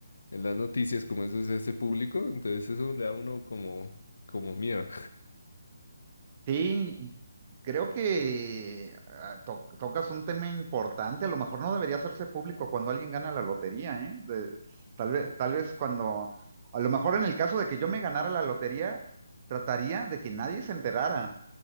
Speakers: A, on the left; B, on the right.
A: en las noticias, como eso se hace público, entonces eso le da a uno como, como miedo.
B: Sí, creo que ah, to- tocas un tema importante. A lo mejor no debería hacerse público cuando alguien gana la lotería, ¿eh? De- tal vez, tal vez cuando, a lo mejor en el caso de que yo me ganara la lotería, trataría de que nadie se enterara.